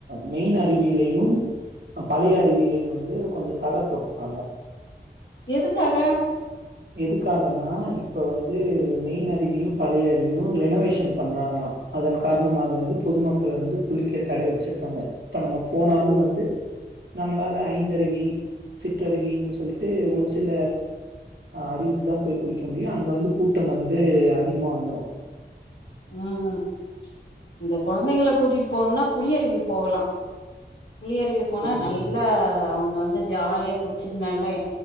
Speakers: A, on the right; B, on the left.
A: மெய்ன் அருவிலையு பழைய அருவியிலயு வந்து கொஞ்சோ தட போட்ருக்காங்க
B: எதுக்காக
A: எதுக்காகன்னா இப்ப வந்து மெய்ன் அருவியு பழையஅருவியு ரெனோவேஷன் பண்றாங்களா அதன் காரணமாக வந்து பொதுமக்கள் வந்து குளிக்க தடை வச்சிருக்காங்க இப்ப நம்ம போனாலு வந்து நம்மளால ஐந்தருவி சிற்றருவினு சொல்ட்டு ஒரு சில ஆ அறிவுக்கு தா போய் குளிக்க முடியு அங்க வந்து கூட்டோ வந்து அதிகமா வந்துரு
B: ம் அந்த குழந்தைங்கள கூட்டிட்டு போணுன்னா புலியருவி போகலா புலியறிவி போனா
A: ம்,
B: நல்லா அவுங்க வந்து ஜாலியா குடிச்சுடுமாங்ல்லே